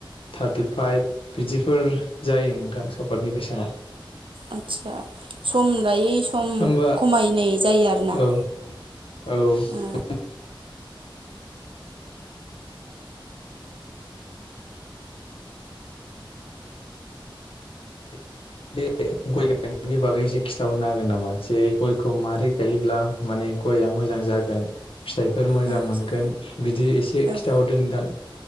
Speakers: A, on the left; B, on the right.
A: थार्टिफाइभ बिदिफोर जायो नोंथां सापर्टनि बेसेना।
B: आतसा सम लायै सम
A: होमबा
B: खमायनाय जायो आरोना।
A: औ औ <unintelligible>
B: ओ
A: <inaudible> <inaudible> गय गायनायनि बागै एसे खिथाहरनो हागो गोन नामा जे गयखौ मारै गायोब्ला माने गयआ मोजां जागोन। फिथाइफोर मोजां
B: आदसा
A: मोनगोन बिदि एसे
B: औ
A: खिथाहरदो नोंथां।